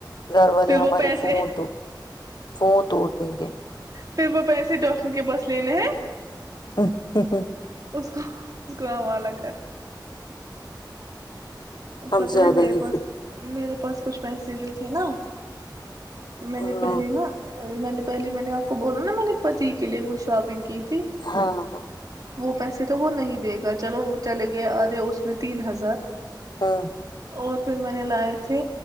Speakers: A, on the left; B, on the right.
A: گھر والے
B: پھر
A: ہمارے
B: وہ پیسے
A: فون تو وہ توڑ دیں گے
B: پھر وہ پیسے ڈاکٹر کے بس لینے ہیں
A: ہ ہ ہ
B: اس کو اس کو آوال کر
A: ہم
B: پتا
A: زیادہ
B: ہے میرے
A: ہی
B: پاس میرے پاس کچھ پیسے جو تھے نا میں نے
A: ہاں
B: پہلے نا میں نے پہلے میں نے آپ کو بولا نا میں نے پتی کے لیے کچھ شاپنگ کی تھی
A: ہاں ہاں
B: وہ پیسے تو وہ نہیں دے گا چلو چل گیاد اس میں تین ہزار
A: ہاں
B: اور پھر میں نے لائے تھے